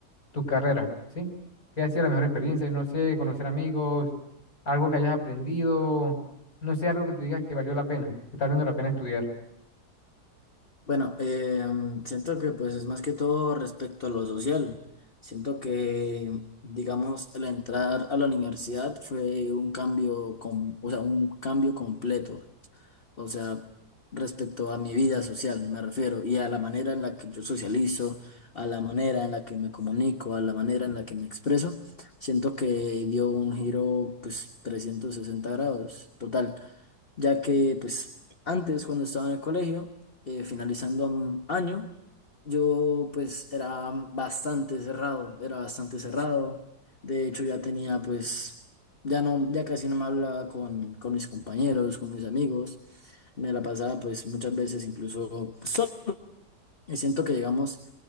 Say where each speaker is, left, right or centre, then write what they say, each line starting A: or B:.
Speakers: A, on the left; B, on the left.
A: tu carrera, ¿sí? ¿Qué ha sido la mejor experiencia? No sé, conocer amigos, algo que hayas aprendido, no sé, algo que tú digas que valió la pena, que está valiendo la pena estudiar.
B: Bueno, eh, siento que pues es más que todo respecto a lo social. Siento que, digamos, al entrar a la universidad fue un cambio, com- o sea, un cambio completo. O sea, respecto a mi vida social, me refiero, y a la manera en la que yo socializo, a la manera en la que me comunico, a la manera en la que me expreso, siento que dio un giro, pues, 360 grados. Total, ya que pues antes cuando estaba en el colegio, eh, finalizando un año, yo pues era bastante cerrado, era bastante cerrado, de hecho ya tenía pues, ya no, ya casi no me hablaba con, con mis compañeros, con mis amigos, me la pasaba pues muchas veces incluso solo, y siento que llegamos